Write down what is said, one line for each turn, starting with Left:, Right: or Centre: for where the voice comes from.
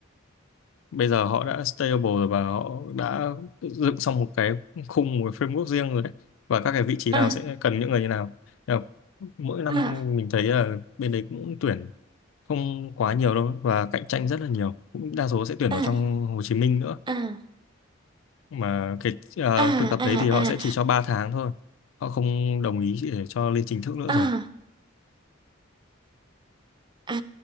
Left: bây giờ họ đã stable rồi và họ đã dựng xong một cái khung một cái framework riêng rồi đấy và các cái vị trí
Right: à
Left: nào sẽ cần những người như nào Nên là mỗi năm
Right: à
Left: mình thấy là bên đấy cũng tuyển không quá nhiều đâu và cạnh tranh rất là nhiều cũng đa số sẽ tuyển
Right: à
Left: vào trong Hồ Chí Minh nữa
Right: à
Left: mà cái ờ,
Right: à
Left: thực tập
Right: à
Left: đấy thì họ sẽ
Right: à
Left: chỉ cho 3 tháng thôi họ không đồng ý để cho lên chính thức nữa
Right: à.
Left: rồi
Right: À,